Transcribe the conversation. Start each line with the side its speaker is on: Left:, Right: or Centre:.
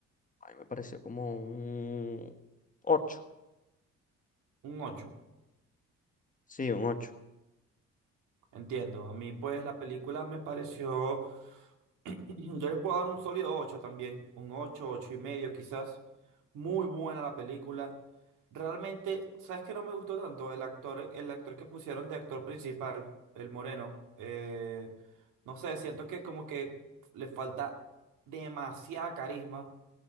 Left: A mí me pareció como un ocho
Right: Un 8.
Left: Sí, un ocho
Right: Entiendo. A mí, pues, la película me pareció. <clears throat> Yo le puedo dar un sólido 8 también. Un 8 8 y medio, quizás. Muy buena la película. Realmente, ¿sabes qué no me gustó tanto? El actor, el actor que pusieron de actor principal, el moreno. Eh, no sé, siento que como que le falta demasiada carisma.